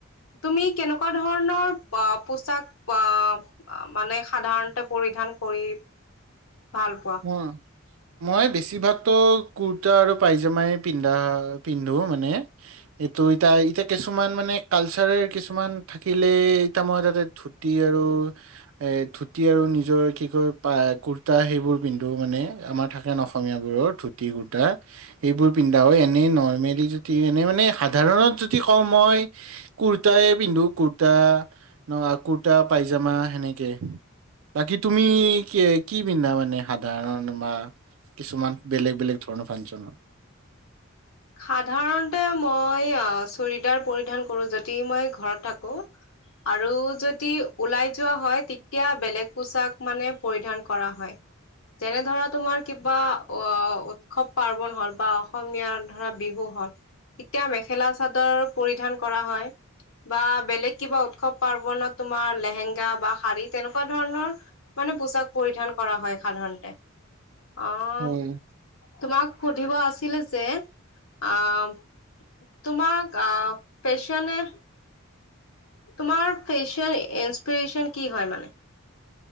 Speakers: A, on the left; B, on the right.
A: তুমি কেনেকুৱা ধৰণৰ পোচাক অ' মানে সাধাৰণতে পৰিধান কৰি ভাল পোৱা?
B: মই? মই বেছিভাগতো কুুৰ্তা আৰু পাইজামাই পিন্ধা পিন্ধো মানে। এইটো এতিয়া কিছুমান কালচাৰৰ কিছুমান থাকিলে এতিয়া মই তাতে ধুতি আৰু এ ধুতি আৰু নিজৰ কি কয় পায় কুৰ কুৰ্তা সেইবোৰ পিন্ধো মানে আমাৰ থাকে ন' অসমীয়াবোৰৰ ধুতি কুৰ্তা। এইবোৰ পিন্ধা হয়, এনেই নৰ্মেলি যদি এনে মানে সাধাৰণত যদি কও মই কুৰ্তাই পিন্ধো কুৰ্তা ন ক কুৰ্তা পাইজামা সেনেকে বাকি তুমি কি কি পিন্ধা মানে সাধাৰণ বা কিছুমান বেলেগ বেলেগ ধৰণৰ ফাংচনত?
A: সাধাৰণতে মই অহ চুৰিদাৰ পৰিধান কৰোঁ যদি মই ঘৰত থাকো। আৰু যদি ওলাই যোৱা হয়। তেতিয়া বেলেগ পোছাক মানে পৰিধান কৰা হয়। যেনে ধৰা তোমাৰ কিবা অহ উৎসৱ পাৰ্বন হল বা অসমীয়াৰ। ধৰা বিহু হল তেতিয়া মেখেলা চাদৰ পৰিধান কৰা হয়। বা বেলেগ কিবা উৎসৱ পাৰ্বনত তোমাৰ লেহেংগা বা শাৰী তেনেকুৱা ধৰণৰ। মানে পোছাক পৰিধান কৰা হয় সাধাৰণতে। অহ
B: হয়
A: তোমাক সুধিব আছিলে যে। অহ তোমাক অহ ফেশ্বনে। তোমাৰ ফেশ্বন ইন্সপিৰেচন কি হয় মানে।